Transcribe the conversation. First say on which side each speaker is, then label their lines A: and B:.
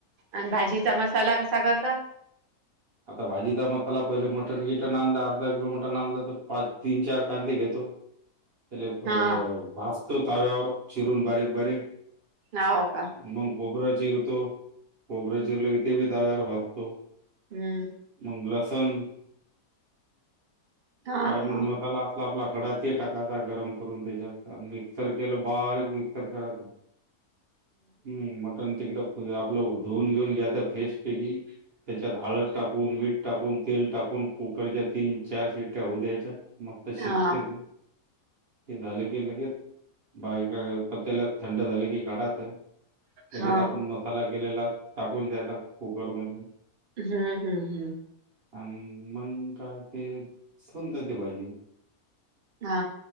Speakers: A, on the right; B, on the right.
A: आणि भाजीचा मसाला कसा करता
B: आता भाजी मसाला त्याला पहिले मटन किटन आणला अर्धा किलो मटण आणलं तर पाच तीन चार कांदे घेतो एले अ
A: हा
B: भासतो तव्यावरवर चिरूून बारीक बारीक.
A: नव का.
B: मग कोबर चिरतो कोबरं चिरलं कि ते बी ताब्यावर वागतो.
A: हम्म.
B: मग लसन
A: हा हा
B: काय मंग मसाला असत आपला खडा ते टाकाता गरम करून त्याच्यात मिक्सर केलं बारीक मिक्सर करात. हम्म मटन तिकटप आपलं धुवून घेऊन घ्याता फेसपैकी त्याच्यात हाळद टाकून मीठ टाकून तेल टाकून कुकरच्या तीन चार सिट्ट्या होऊ द्याच्या. मंग तं शेतीचे
A: हा
B: झालं का लगेच बाग कडे त्याला थंड झाले की काढा आता लगेच
A: हा
B: आपण मसाला केलेला टाकून दया कुकर मध्ये.
A: हम्म हम्म हम्म.
B: अ मग काय ते सुंदते पाहिजे.
A: हा